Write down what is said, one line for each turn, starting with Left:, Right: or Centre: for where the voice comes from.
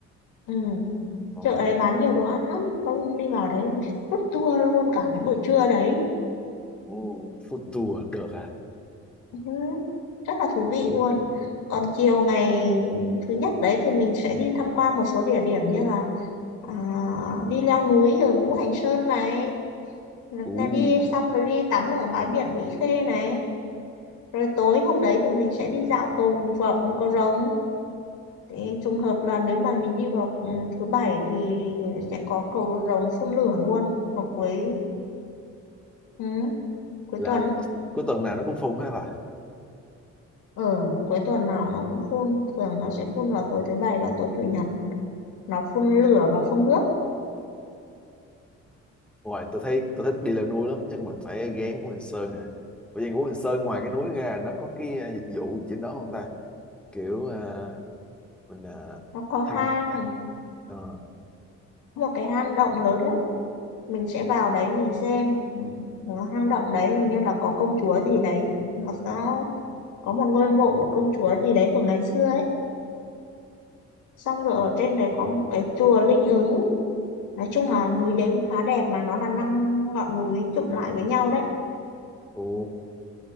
Left: Ừ
Centre: ờ,
Left: chợ đấy bán nhiều đồ ăn lắm ông đi vào đấy ông food tour luôn cả cái buổi trưa đấy
Centre: Ồ, food tour được hả
Left: Ừ, rất là thú vị luôn còn chiều ngày thứ nhất đấy thì mình sẽ đi tham quan một số địa điểm như là à, đi leo núi ở Ngũ Hành Sơn này hoặc
Centre: ồ,
Left: là đi xong rồi đi tắm ở bãi biển Mỹ Khê này rồi tối hôm đấy thì mình sẽ đi dạo cầu vợ cầu rồng thì trùng hợp là nếu mà mình đi vào ừ, thứ bảy thì sẽ có cầu rồng phun lửa luôn ở cuối ừ, cuối
Centre: là
Left: tuần
Centre: cuối tuần nào nó cũng phun hết phải
Left: ở cuối tuần nào nó cũng phun thường nó sẽ phun vào tối thứ bảy và tối chủ nhật nó phun lửa và phun nước
Centre: ngoài tôi thấy tôi thích đi leo núi lắm chắc mình phải ghé Ngũ Hành Sơn nè bởi vì Ngũ Hành Sơn ngoài cái núi ra nó có cái ờ, dịch vụ trên đó không ta kiểu ờ, mình à,
Left: nó có
Centre: thăm
Left: hang
Centre: tha- ờ,
Left: một cái hang động lớn lắm mình sẽ vào đấy mình xem Ừ, hang động đấy hình như là có công chúa gì đấy nó nó có một ngôi mộ của công chúa gì đấy của ngày xưa ấy xong rồi ở trên đấy có một cái chùa linh ứng nói chung là núi đấy cũng khá đẹp mà nó là năm ngọn núi chụm lại với nhau đấy
Centre: ồ